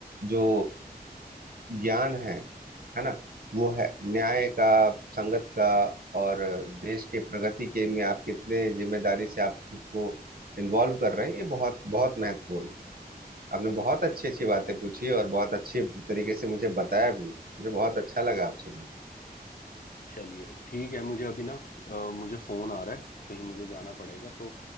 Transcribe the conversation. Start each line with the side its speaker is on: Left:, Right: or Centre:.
Right: जो ज्ञान है है ना वो है न्याय का संगत का और देश के प्रगति के में आप कितने जिम्मेदारी से आप खुद को इन्वॉल्व कर रहे हैं ये बहुत बहुत महत्वपूर्ण है आपने बहुत अच्छी अच्छी बातें पूछी और बहुत अच्छे तरीके से मुझे बताया भी मुझे बहुत अच्छा लगा आपसे मिल
Left: चलिए ठीक है मुझे अभी ना अ, मुझे फोन आ रहा है कहीं मुझे जाना पड़ेगा तो